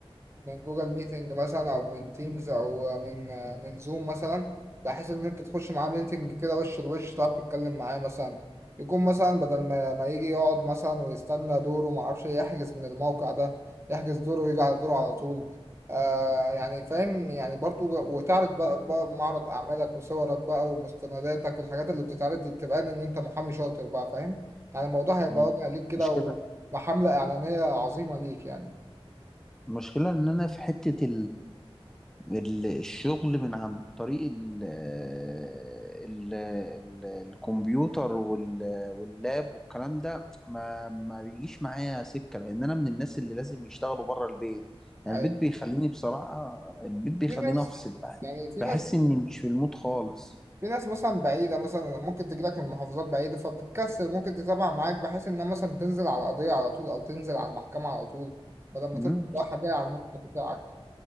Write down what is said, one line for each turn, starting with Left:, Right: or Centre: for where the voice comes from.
Right: من جوجل ميتنج مثلا او من تيمز او من من زوم مثلا بحيث ان انت تخش معاه ميتنج كده وش لوش تعرف تتكلم معاه مثلا يكون مثلا بدل ما, ما يجي يقعد مثلا ويستنى دوره ما اعرفش إيه، يحجز من الموقع ده يحجز دوره ويجي على دوره على طول آه يعني فاهم يعني برضو وتعرض بقى, بقى معرض اعمالك وصورك بقى ومستنداتك والحاجات اللي بتتعرض دي بتبقى ان انت محامي شاطر بقى فاهم يعني الموضوع هيبقى
Centre: مم.
Right: واضح ليك كده
Centre: مشكلة
Right: وحملة اعلانية عظيمة ليك يعني
Centre: المشكلة ان انا في حتة ال- الشغل من عن طريق ال ال ال الكمبيوتر وال- واللاب والكلام ده ما ما بيجيش معايا سكة لأن أنا من الناس اللي لازم يشتغلوا بره البيت يعني
Right: أيوة.
Centre: البيت بيخليني بصراحة البيت بيخليني
Right: في ناس
Centre: أفصل بقى
Right: يعني في
Centre: بحس
Right: ناس
Centre: إني مش في المود خالص
Right: في ناس مثلا بعيدة مثلا ممكن تجيلك من محافظات بعيدة فبتتكسر ممكن تتابع معاك بحيث إنها مثلا تنزل على القضية على طول أو تنزل على المحكمة على طول بدل ما
Centre: مم.
Right: تفضل رايحة جاية على المكتب بتاعك